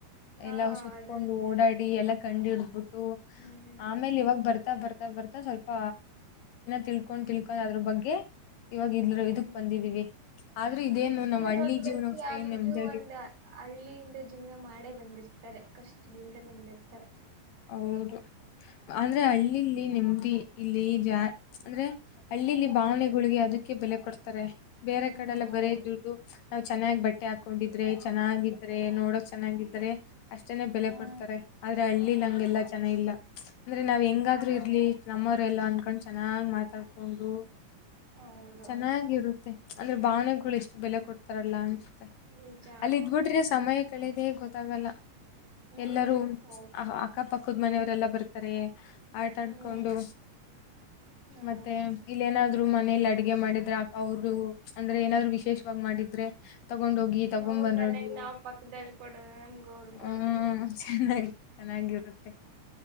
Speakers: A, on the right; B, on the left.
A: ಹಾ
B: ಎಲ್ಲ ಸುತ್ಕೊಂಡು
A: ಅದು ನಿಜಾನೆ
B: ಓಡಾಡಿ ಎಲ್ಲ ಕಂಡು ಹಡ್ಬಿಟ್ಟು
A: ಹ್ಮ್
B: ಆಮೇಲೆ ಇವಾಗ ಬರ್ತಾ ಬರ್ತಾ ಬರ್ತಾ ಸ್ವಲ್ಪ ತಿಳ್ಕೊಂಡ್
A: ಹ್ಮ್
B: ತಿಳ್ಕೊಂಡ್ ಅದ್ರ ಬಗ್ಗೆ ಇವಾಗ ಇದ
A: ಹ್ಮ್
B: ಇದಕ್ ಬಂದಿದೀವಿ ಆದ್ರೂ ಇದೇನು
A: ನೀ ಎಷ್ಟೇ
B: ನಮ್ಮ್ ಹಳ್ಳಿ
A: ದೊಡ್ಡ ವ್ಯಕ್ತಿ
B: ಜೀವನ ಅಷ್ಟೇ
A: ಆಗಿದ್ರರು
B: ನೆಮ್ಮದಿಯಾಗಿ
A: ಒಂದ ಹಳ್ಳಿಯಿಂದ ಜೀವನ ಮಾಡೇ ಬಂದಿರ <unintelligible> ಕಷ್ಟದಿಂದ ಬಂದಿರ್ತಾರೆ
B: ಹೌದು ಅಂದ್ರೆ ಹಳ್ಳಿಲಿ ನೆಮ್ಮದಿ ಇಲ್ಲಿ ಜ ಅಂದ್ರೆ ಹಳ್ಳಿಲ್ಲಿ ಭಾವನೆಗಳಿಗೆ ಅದಕ್ಕೆ ಬೆಲೆ ಕೊಡ್ತಾರೆ ಹತ ಬೇರೆ
A: ಹ್ಮ್
B: ಕಡೆಲ್ಲ
A: ಹೌದು
B: ಬರ ದುಡ್ಡು ನಾವ್ ಚೆನ್ನಾಗಿ ಬಟ್ಟೆ ಹಾಕ್ ಹಕೊಂಡಿದ್ರೆ ಚೆನ್ನಾಗಿದ್ರೆ ನೋಡೋಕ್ ಚೆನ್ನಾಗಿದ್ರೆ ಅಷ್ಟೇನೆ ಬೆಲೆ
A: ಹ್ಮ್
B: ಕೊಡ್ತಾರೆ ಆದ್ರೆ ಹಳ್ಳಿ ಗೆಲ್ಲಾ ಜನ ಇಲ್ಲ ಅಂದ್ರೆ ನಾವ್ ಹೆಂಗಾದ್ರು
A: ಹ್ಮ್
B: ಇರ್ಲಿ ನಮ್ಮವರೆಲ್ಲ ಅನ್ಕೊಂಡ್ ಚೆನ್ನಾಗ್ ಮಾತಾಡ್ಕೊಂಡು
A: ಹೌದೌದು
B: ಚೆನ್ನಾಗಿರುತ್ತೆ ಅಂದ್ರೆ ಭಾವನೆಗಳು ಎಷ್ಟು ಬೆಲೆ ಕೊಡ್ತಾರಲ್ಲ ಅನ್ಸುತ್ತೆ
A: ನಿಜ
B: ಅಲ್ಲಿ ಇದ್ಬಿಟ್ರೆ
A: ಹ್ಮ್
B: ಸಮಯ ಕಳೆದೆ ಗೊತ್ತಾಗಲ್ಲ
A: ಹ್ಮ್
B: ಎಲ್ಲರೂ
A: ಹೌದು
B: ಅಕ್ಕಪದ್ಮನೆಯವರೆಲ್ಲಾ ಬರ್ತಾರ ಆಟ ಆಡ್ಕೊಂಡು
A: ಹ್ಮ್ ಹೌದು
B: ಮತ್ತೆ ಇಲ್ಲ ನ ಮನೇಲಿ ಅಡಗೆ ಮಾಡಿದ್ರೆ ಆ ಅವರು ಅಂದ್ರೆ ಏನಾದ್ರು ವಿಶೇಷವಾಗಿ ಮಾಡಿದ್ರೆ ತಗೊಂಡೋಗಿ ತಗೊಂಡ್
A: ಅವ್ರ
B: ಬಂದರೋದು
A: ಮನೆಗ್ ನಾವ್ ಪಕ್ಕದಲ್ಲಿ ಕೊಡೋದು ನಮ್ಗೆ ಅವ್ರು ಕೊಡೋದು
B: ಹ್ಮ ಚೆನ್ನಾಗಿ ಚೆನ್ನಾಗಿರು ಮತ್ತೆ